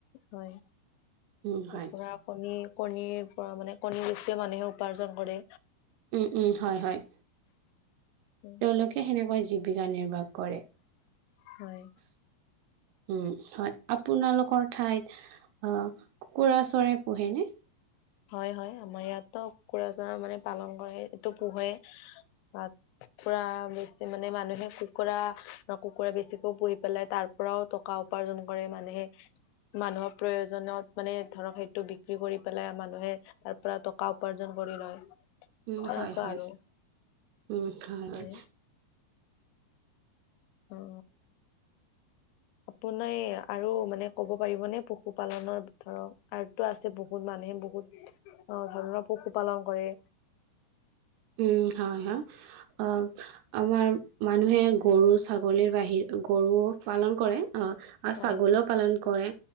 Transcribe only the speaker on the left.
হয়
কুকুৰা
কণী কণীৰ পৰা মানে কণী বেছিও মানুহে উপাৰ্জন কৰে।
উম
হয় <unintelligible>
হয়-হয় আমাৰ ইয়াতো কুকুৰাযোৰা মানে পালন কৰে এইটো পোহে আহ কুকুৰা বেছি মানে মানুহে কুকুৰা-কুকুৰা বেছিকেও পুহি পেলাই তাৰ পৰাও টকা উপাৰ্জন কৰে মানুহে মানুহৰ প্ৰয়োজনত মানে ধৰক সেইটো বিক্ৰী কৰি পেলাই মান মানুহে তাৰ পৰা টকা উপাৰ্জন কৰি লয়।
তেনেকুৱা
আৰু মানে অ আপোনাৰ আৰু মানে ক'ব পাৰিবনে পশুপালনৰ ধৰক আৰুটো আছে বহুত মানুহ মানুহে বহুত আহ ধৰণৰ পশুপালন কৰে
হয়